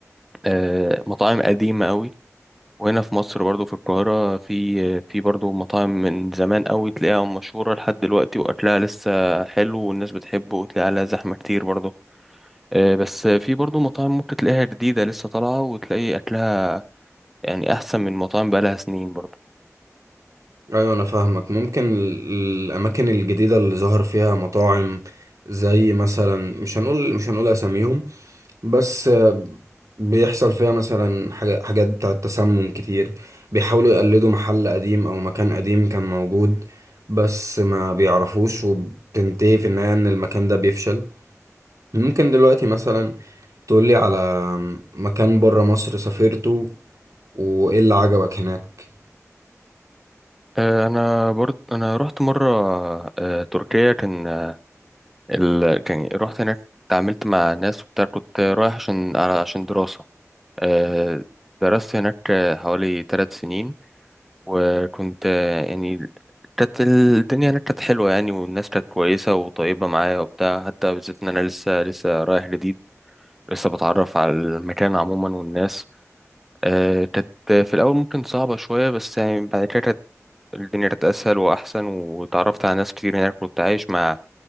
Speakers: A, in the centre; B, on the right.
A: آه، مطاعم قديمه قوي وهنا في مصر برضو في القاهره في في برضو مطاعم من زمان قوي تلاقيها مشهوره لحد دلوقتي واكلها لسه حلو والناس بتحبه وتلاقي عليها زحمه كتير برضو آه، بس في برضو مطاعم ممكن تلاقيها جديده لسه طالعه وتلاقي اكلها يعني احسن من مطاعم بقالها سنين برضو
B: ايوه انا فاهمك ممكن ال- الاماكن الجديده اللي ظهر فيها مطاعم زي مثلا مش هنقول مش هنقول اساميهم بس آه، بيحصل فيها مثلا حاجة- حاجات بتاعه تسمم كتير بيحاولوا يقلدوا محل قديم او مكان قديم كان موجود بس ما بيعرفوش وبتنتهي في النهايه ان المكان ده بيفشل ممكن دلوقتي مثلا تقولي على مكان بره مصر سافرته وايه اللي عجبك هناك
A: آه، انا برضو انا رحت مره آه، تركيا كان آه، ال... كان رحت هناك اتعاملت مع ناس وبتاع كنت رايح عشان عشان دراسه آه، درست هناك آه، حوالي ثلاث سنين وكنت آه، يعني كانت الدنيا هناك كانت حلوه يعني والناس كانت كويسه وطيبه معايا وبتاع حتى بالذات ان انا لسه لسه رايح جديد لسه بتعرف على المكان عموما والناس آه، كانت في الأول ممكن صعبة شوية بس يعني بعد كده الدنيا كانت أسهل وأحسن وتعرفت على ناس كتير هناك كنت عايش مع